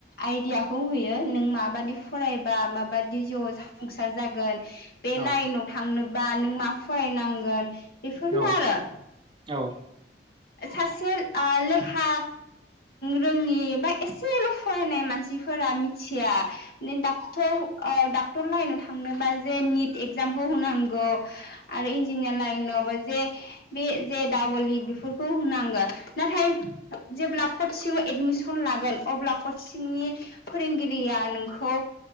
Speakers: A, on the left; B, on the right.
A: आइडिया खौ होयो नों माबादि फरायबा माबादि जिउ जाफुंसार जागोन बे
B: औ
A: लाइनाव थांनोबा नों मा फरायनांगोन बेफोरनो
B: औ
A: आरो
B: औ
A: सासे आ लेखा रोङि बा एसेल' फरायनाय मानसिफोरा मिथिया डक्टर ओ डाक्टर लाइनाव थांनोबा जे निट एक्जामखौ होनांगौ आरो इन्जिनियार लाइनावबो जे बे जे दाब'ललि बेफोरखौ होनांगो नाथाय जेब्ला कचिं एडमिसन लागोन अब्ला कचिंनि फोरोंगिरिया नोंखौ